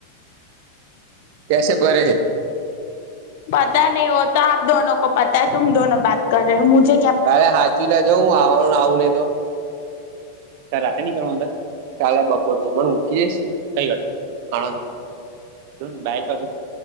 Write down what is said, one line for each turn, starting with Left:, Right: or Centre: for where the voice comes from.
Right: કેસે ભરે હૈં
Left: પતા નહી વોતો આપ દોન કો પતા તુમ દોન બાત કર રહ હો મુજે
Right: કાલે હાંચવી લેજો હું આવવાનું આવું નહી તો કાલ રાતે નીકળવાના હતા કાલે બપોર બપર મૂકી જઈશ કઈ આગળ આણંદ જોન બાઈક પાસે